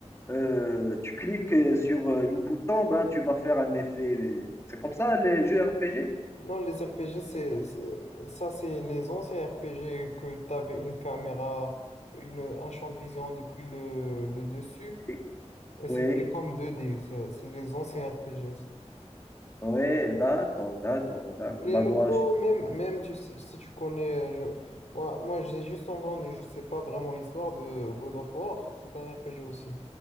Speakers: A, on the left (about 25°); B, on the left (about 80°).
A: euh, tu cliques euh, sur euh, une bouton, ben, tu vas faire un effet. Mais C'est comme ça, les jeux RPG?
B: Non, les RPG, c'est, c'est- ça, c'est les anciens RPG que tu avais une caméra, une, un champ de vision depuis le, le dessus,
A: Oui,
B: et
A: oui,
B: c'était comme 2D. C'est c'est les anciens RPG.
A: ouais, d'accord, d'accord, d'accord.
B: Les
A: Bah,
B: nouveaux,
A: bon,
B: même, même tu sais- si tu connais, euh, je- moi, moi j'ai juste entendu, je sais pas vraiment l'histoire de God of War. C'est un RPG aussi.